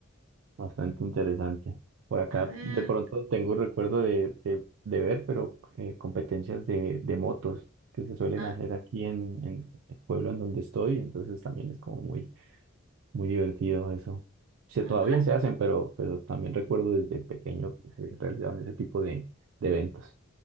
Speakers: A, on the right (about 65°); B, on the right (about 85°).
A: Bastante interesante. Por acá
B: A ver,
A: de pronto tengo un recuerdo de, de, de ver, pero eh, competencias de, de motos que se suelen
B: ah,
A: hacer aquí en, en el pueblo en donde estoy. Entonces también es como muy, muy divertido eso. Se,
B: ajá,
A: todavía se hacen, pero, pero también recuerdo desde pequeño que se realizaban ese tipo de, de eventos.